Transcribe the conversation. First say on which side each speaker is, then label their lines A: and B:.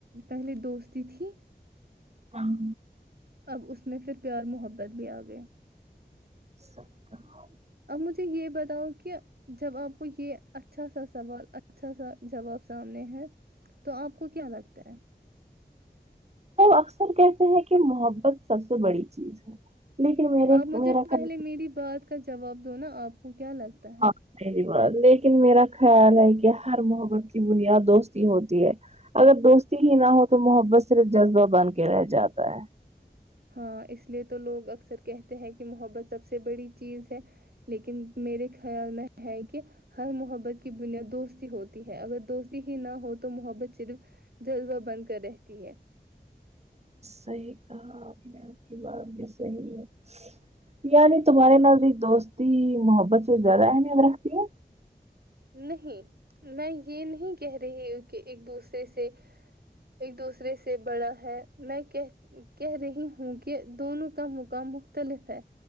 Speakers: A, on the right; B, on the right.
A: پہلے دوستی تھی
B: ہاں
A: اب اس میں پھر پیار محبت بھی آ گئے
B: صحیح کہا۔
A: اب مجھے یہ بتاؤ کہ جب آپ کو یہ اچھا سا سوال اچھا سا جواب سامنے ہے تو آپ کو کیا لگتا ہے
B: اکثر کہتے ہیں کہ محبت سب سے بڑی چیز ہے لیکن میرے
A: آپ مجھے
B: میرا
A: پہلے
B: خیال
A: میری بات کا جواب دو نا آپ کو کیا لگتا ہے
B: ا بات لیکن میرا خیال ہے کہ ہر محبت کی بنیاد دوستی ہوتی ہے اگر دوستی ہی نہ ہو تو محبت صرف جذبہ بن کے رہ جاتا ہے
A: ہاں اس لیے تو لوگ اکثر کہتے ہیں کہ محبت سب سے بڑی چیز ہے لیکن میرے خیال میں ہے کہ ہر محبت کی بنیاد دوستی ہوتی ہے اگر دوستی ہی نہ ہو تو محبت صرف جذبہ بن کر رہتی ہے
B: صحیح کہا آپ نے آپ کی بات بھی صحیح ہے یعنی تمہارے نزدیک دوستی محبت سے زیادہ اہمیت رکھتی ہے
A: نہیں میں یہ نہیں کہہ رہی ہوں کہ ایک دوسرے سے ایک دوسرے سے بڑا ہے میں کہہ کہہ رہی ہوں کہ دونوں کا مقام مختلف ہے